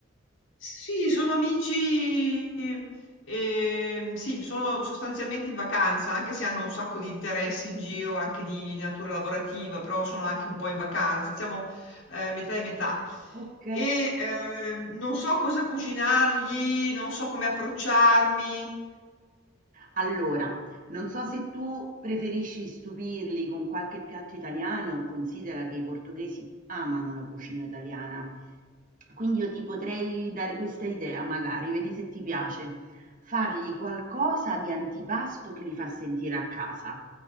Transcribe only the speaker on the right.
Ok.
Allora, non so se tu preferisci stupirli con qualche piatto italiano, considera che i portoghesi amano la cucina italiana, Quindi io ti potrei dare questa idea, magari, vedi se ti piace. Fargli qualcosa di antipasto che li fa sentire a casa.